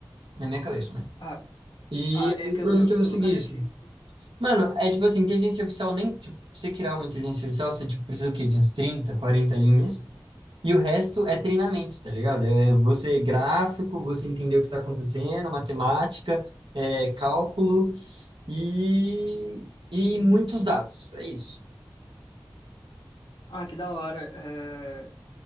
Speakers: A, on the right; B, on the left.
A: na minha cabeça, né?
B: Ah,
A: E
B: ah, é
A: aí,
B: que
A: provavelmente
B: eu, nu-
A: eu vou
B: eu
A: seguir
B: nunca mexi.
A: isso. Mano, é tipo assim, inteligência artificial nem, tipo, pra você criar uma inteligência artificial, você, tipo, precisa o quê? De uns 30, 40 linhas. E o resto é treinamento, tá ligado? É você gráfico, você entender o que tá acontecendo, matemática, é, cálculo e, e muitos dados. É isso.
B: Ah, que da hora. Eh,